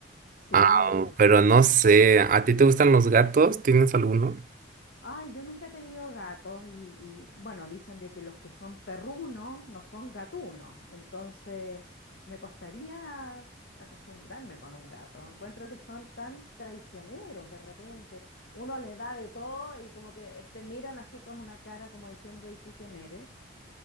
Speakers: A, on the left; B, on the right.
A: Sí.
B: Ah, pero no sé, ¿a ti te gustan los gatos? ¿Tienes alguno?
A: Ay, yo nunca he tenido gatos y, y, bueno, dicen de que los que son perrunos no son gatunos. Entonces, me costaría acostumbrarme con un gato. Encuentro que son tan traicioneros de repente. Uno les da de todo y como que te miran así con una cara como diciendo, ¿y tú quién eres?